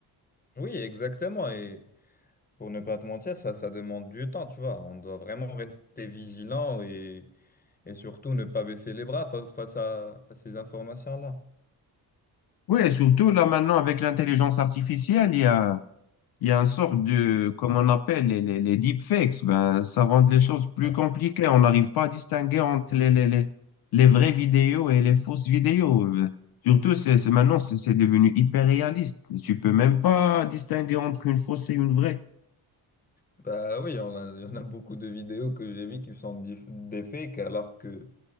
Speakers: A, on the left; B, on the left.
A: Oui, exactement et Pour ne pas te mentir, ça, ça demande du temps, tu vois. On doit vraiment rester vigilant et, et surtout ne pas baisser les bras fa- face à, à ces informations-là.
B: Oui, et surtout là maintenant avec l'intelligence artificielle, il y a, il y a un sort de, comme on appelle les, les, les deepfakes. Ben, ça rend les choses plus
A: Ah.
B: compliquées. On n'arrive pas à distinguer entre les, les, les, les vraies vidéos et les fausses vidéos. Euh, Surtout, c'est, c'est- maintenant, c'est c'est devenu hyper réaliste. Tu peux même pas distinguer entre une fausse et une vraie.
A: Bah oui, on a- il y en a beaucoup de vidéos que j'ai vues qui sont dif- des fakes, alors que